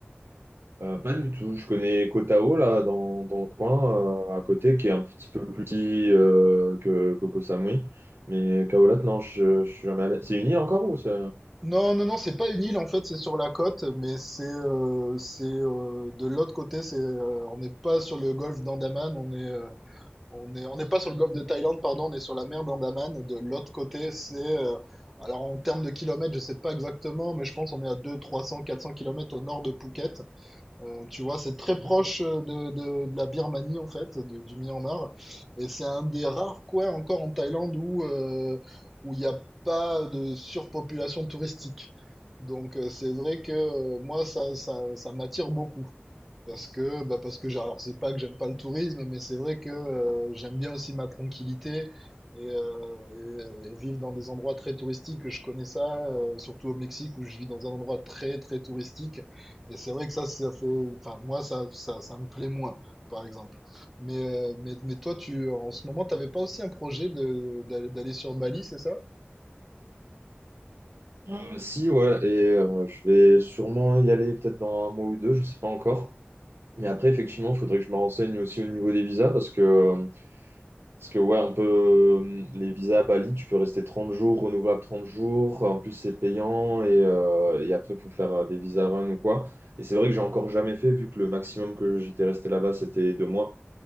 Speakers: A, on the right; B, in the centre.
A: Euh, pas du tout. Je connais Koh Tao, là, dans, dans le coin, euh, à côté, qui est un petit peu plus petit euh, que, que Koh Samui. Mais Khao Lak, non, je, je suis jamais allé. C'est une île encore ou c'est...
B: Non, non, non, c'est pas une île en fait, c'est sur la côte, mais c'est euh, c'est euh, de l'autre côté, c'est euh, on n'est pas sur le golfe d'Andaman, on est euh, on est on n'est pas sur le golfe de Thaïlande, pardon, on est sur la mer d'Andaman. De l'autre côté, c'est euh, alors en termes de kilomètres, je sais pas exactement, mais je pense on est à deux, trois cents, quatre cents kilomètres au nord de Phuket. Euh, tu vois, c'est très
A: D'accord.
B: proche euh, de, de- de la Birmanie, en fait, du, du Myanmar. Et c'est un des rares coins encore en Thaïlande où euh, où il n'y a pas de surpopulation touristique. Donc, euh, c'est vrai que euh, moi, ça, ça, ça m'attire beaucoup. Parce que, bah parce que j'ai- alors c'est pas que j'aime pas le tourisme, mais c'est vrai que euh, j'aime bien aussi ma tranquillité et, euh, et- et vivre dans des endroits très touristiques. Je connais ça, euh, surtout au Mexique où je vis dans un endroit très très touristique. Et c'est vrai que ça, ça fait, enfin moi ça, ça, ça me plaît moins, par exemple. Mais, euh, mais, mais toi, tu, en ce moment, t'avais pas aussi un projet de, d'aller d'aller sur Bali, c'est ça?
A: Euh, si, ouais, et euh, je vais sûrement y aller peut-être dans un mois ou deux, je sais pas encore. Mais après, effectivement, il faudrait que je me renseigne aussi au niveau des visas parce que euh, Parce que ouais, on peut euh, les visas à Bali, tu peux rester 30 jours, renouvelable 30 jours, en plus c'est payant et, euh, et après il faut faire euh, des visas run ou quoi. Et c'est vrai que j'ai encore jamais fait vu que le maximum que j'étais resté là-bas c'était deux mois.